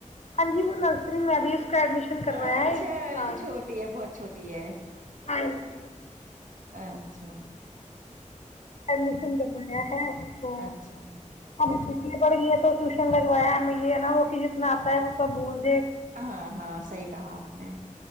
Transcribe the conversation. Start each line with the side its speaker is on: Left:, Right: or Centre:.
Left: ہاں جی وہ نرسری میں بھی اس کا ایڈمیشن کروایا
Right: اچھا
Left: ہے اسی
Right: ابھی
Left: سال
Right: تو چھوٹی ہے بہت چھوٹی ہے
Left: ہاں جی
Right: اچھا
Left: ایڈمیشن کر ب لیا ہے تو
Right: اچھا
Left: اب <unintelligible> ا پڑ گئی ہیں تو ٹیوشن لگوایا یہ ہے نا وہ کہ جتنا آتا ہے وہ سب بھول دے
Right: ہاں ہاں صحیح کہا آپ نے